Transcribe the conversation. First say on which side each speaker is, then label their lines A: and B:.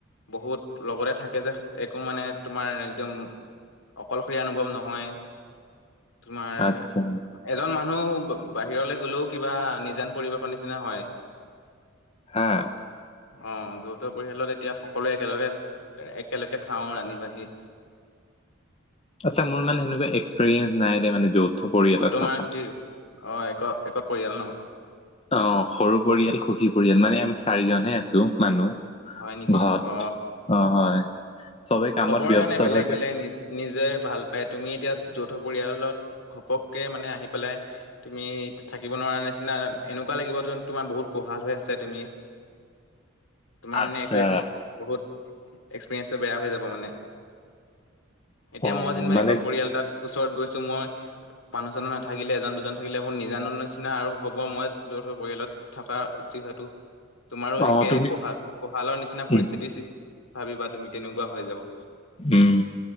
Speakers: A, on the left (about 85°); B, on the left (about 30°).
A: বহুত লগতে থাকে যে একো মানে তোমাৰ একদম- অকলশৰীয়া অনুভৱ নহয়। তোমাৰ
B: আচ্ছা
A: এজন মানুহ বাহিৰলৈ গলেও কিবা নিজান পৰিবেশন- নিচিনা হয়।
B: হা
A: অ যৌথ পৰিয়ালত এতিয়া সকলোৱে একেলগে একেলগে খাওঁ ৰান্ধি বাঢ়ি <unintelligible>
B: আচ্ছা মোৰ মানে সেনেকুৱা এক্সপেৰিয়েঞ্চ নাই দে মানে একো- যৌথ পৰিয়ালত
A: অ তোমাৰ
B: থকা।
A: কি অ এক একত পৰিয়াল ন
B: অ সৰু পৰিয়াল সুখী পৰিয়াল মানে আমি চাৰিজনহে আছো মানুহ
A: হয় নেকি
B: ঘৰত
A: অ
B: অ হয় চবে কামত
A: চবৰ
B: ব্যস্ত
A: কাৰণে বেলেগ
B: হৈ থাকে
A: বেলেগ নিজ নিজে ভাল পায় তুমি এতিয়া যৌথ পৰিয়ালৰ লগত ঘপককে মানে আহি পেলাই তুমি থাকিব নোৱাৰা নিচিনা এনেকুৱা লাগিব তো তোমাৰ বহুত কোহাল হৈ আছে তুমি তোমাৰ
B: আচ্ছা
A: মানে এইটো বহুত এক্সপিৰিয়েঞ্চটো বেয়া হৈ যাব মানে এতিয়া
B: অ
A: মই যেনিবা
B: মানে
A: একক পৰিয়াল ওচৰত গৈছো মই মানুহ চানুহ নাথাকিলে এজন দুজন থাকিলে বহুত নিজান জান নিচিনা আৰু হ'ব মই যৌথ পৰিয়ালত থকা <unintelligible> তোমাৰো একে
B: অ তুমি
A: কোহা কোহালৰ নিচিনা পৰিস্থিতি
B: উম
A: সৃষ্টি ভাবিবা তুমি তেনেকুৱা হৈ যাব
B: উম